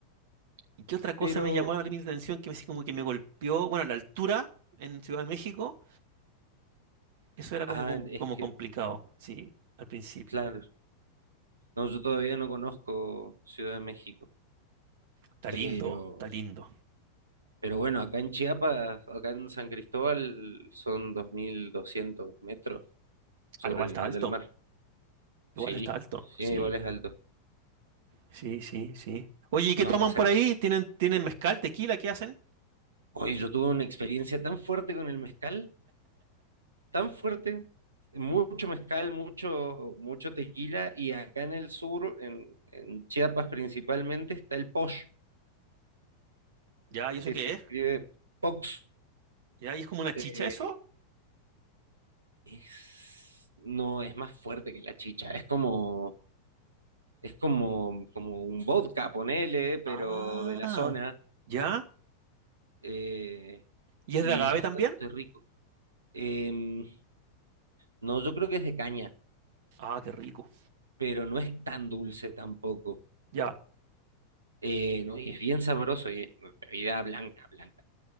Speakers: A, on the right; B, on the right.
A: ¿Y qué otra cosa
B: pero,
A: me llamó mi atención que me, sí como que me golpeó? Bueno, la altura en Ciudad de México, eso era como,
B: ah,
A: com-
B: es
A: como
B: que,
A: complicado, sí, al principio.
B: claro, no, yo todavía no conozco Ciudad de México,
A: Está
B: pero,
A: lindo, está lindo.
B: pero bueno, acá en Chiapas, acá en San Cristóbal, son 2.200 metros sobre
A: Ah, igual
B: el
A: está
B: nivel
A: alto,
B: del mar,
A: igual
B: sí,
A: está alto,
B: sí,
A: sí,
B: igual es alto,
A: sí, sí, sí. Oye, ¿y qué
B: no,
A: toman
B: o sea,
A: por ahí? ¿Tienen, tienen mezcal, tequila? ¿Qué hacen?
B: hoy yo tuve una experiencia tan fuerte con el mezcal, tan fuerte, mucho mezcal, mucho, mucho tequila, y acá en el sur, en, en Chiapas principalmente, está el posh,
A: Ya, ¿y eso
B: que
A: qué
B: se escribe
A: es?
B: pox.
A: ¿Ya? ¿Y es como una chicha
B: Eh,
A: eso?
B: es- no, es más fuerte que la chicha, es como, es como, como un vodka, ponele, pero
A: Ah,
B: de la zona,
A: ¿ya?
B: eh,
A: ¿Y es
B: y
A: de agave
B: es bastante
A: también?
B: rico. Em, no, yo creo que es de caña,
A: Ah, qué rico.
B: pero no es tan dulce tampoco.
A: Ya.
B: Eh, no, y es bien sabroso y es bebida blanca, blanca.